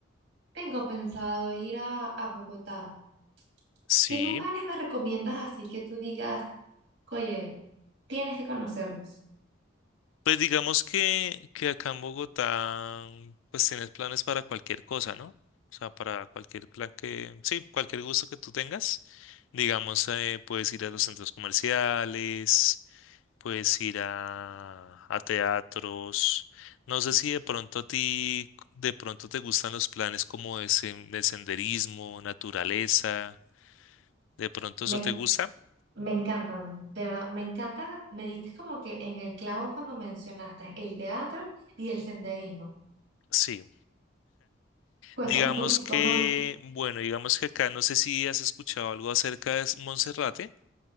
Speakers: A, on the right; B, on the left.
A: tengo pensado ir a, a Bogotá.
B: Sí,
A: ¿Qué lugares me recomiendas así que tú digas, oye, tienes que conocernos?
B: pues digamos que, que acá en Bogotá, pues tienes planes para cualquier cosa, ¿no? O sea, para cualquier plan que, sí, cualquier gusto que tú tengas. Digamos, eh, puedes ir a los centros comerciales, Puedes ir a, a teatros. No sé si de pronto a ti, de pronto te gustan los planes como de, sen- de senderismo, naturaleza. ¿De pronto
A: Me
B: eso te gusta?
A: Me encantan, de verdad, me encanta, me diste como que en el clavo cuando mencionaste el teatro y el senderismo.
B: Sí.
A: Cuéntame
B: Digamos
A: un poquitico
B: que,
A: más,
B: bueno, digamos que acá no sé si has escuchado algo acerca de Monserrate.